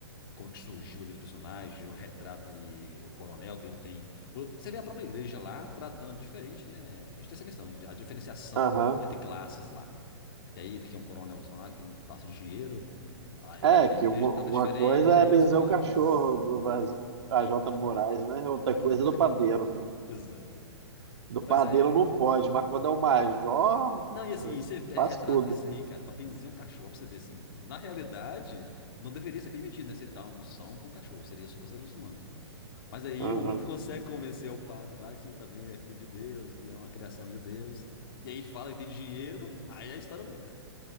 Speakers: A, on the left (about 55°); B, on the right (about 70°).
A: como que surgiu ali os personagens, o retrato ali, o coronel que ele tem. O- você vê a própria igreja lá tratando diferente, né? A gente tem essa questão, a diferenciação
B: Aham.
A: entre classes lá. Que aí, porque é um coronelzão lá que tem bastante dinheiro, aí
B: É,
A: a
B: que
A: igreja
B: uma,
A: trata
B: uma
A: diferente,
B: coisa
A: aí
B: é benzer
A: os pobres.
B: o cachorro do Brasil, a Jota Moraes, né? Outra
A: <laughs>
B: coisa
A: Outra-
B: é do padeiro.
A: Pois é.
B: Do
A: Mas
B: padeiro
A: é.
B: não pode, mas quando é o major,
A: Não, e assim,
B: ah,
A: você é,
B: faz
A: retrata
B: tudo.
A: isso aí, cara, pra benzer um cachorro, pra você ver assim. Na realidade, não deveria ser permitido, né? Você dar um são pra um cachorro, seria só pra seres humanos. Mas aí
B: Aham.
A: o outro consegue convencer o padre lá que também é filho de Deus, que é uma criação de Deus. E aí fala que tem dinheiro, aí a história muda.